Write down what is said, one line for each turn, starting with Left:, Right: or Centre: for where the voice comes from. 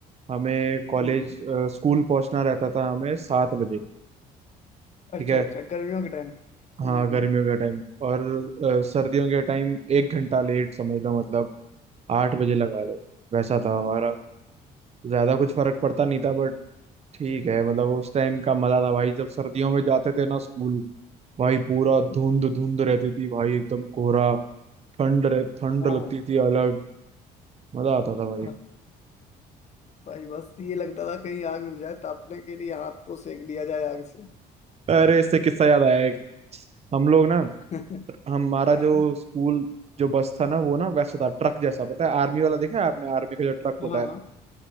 Right: हमें कॉलेज
Left: हम्म,
Right: अ, स्कूल पहुंचना रहता था हमें सात बजे
Left: अच्छा
Right: ठीक है
Left: अच्छा गर्मियों के टाइम
Right: हाँ
Left: हम्म
Right: गर्मियों के टाइम और अ, सर्दियों के टाइम एक घंटा लेट समझ लो मतलब आठ बजे लगा लो वैसा था हमारा ज्यादा कुछ फर्क पड़ता नहीं था बट ठीक है मतलब उस टाइम का मजा था भाई जब सर्दियों में जाते थे ना स्कूल भाई पूरा धुंध
Left: हम्म,
Right: धुंध रहती थी भाई एकदम कोहरा ठंड रह, ठंड
Left: हम्म।
Right: लगती थी अलग मजा आता था भाई
Left: हाँ <laughs> भाई बस ये लगता था कहीं आग मिल जाए तापने के लिए हाथ को सेक दिया जाए आग से
Right: अरे इससे किस्सा याद आया एक हम लोग ना
Left: <laughs>
Right: हमारा
Left: हाँ
Right: जो स्कूल जो बस था ना वो ना वैसा था ट्रक जैसा पता है आर्मी वाला देखा है आपने आर्मी का जो ट्रक
Left: हाँ
Right: होता
Left: हाँ
Right: है